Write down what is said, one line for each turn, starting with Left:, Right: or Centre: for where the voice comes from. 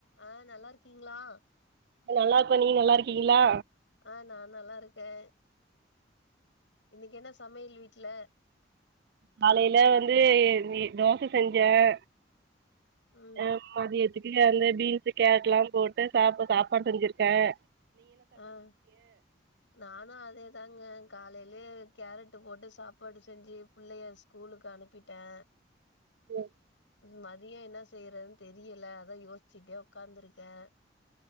Left: அஹ நல்லா இருக்கீங்களா
Right: நல்லா இருக்கொம் நீீங்க நல்லா இருக்கீங்களா
Left: ஆஹ நான் நல்லா இருக்கேன் இன்னைக்கு என்ன சமையல் வீட்ல
Right: காலையில வந்து தோசை செஞ்சேன்
Left: ம்.
Right: ஆஹ மதியது திவ்யா வந்து பீன்ஸ் கேரட் எல்லாம் போட்டு சாப்ப சாப்பாடு செஞ்சிருக்கேன்
Left: ஆஹ நானும் அதேதாங்க காலையிலயே கேரட் போட்டு சாப்பாடு செஞ்சு பிள்ளைய ஸ்கூலுக்கு அனுப்பிட்டேன்
Right: உம்
Left: மதியம் என்ன செய்யறதுன்னு தெரியல அதான் யோசிச்சுட்டே உட்காந்துருக்கேன்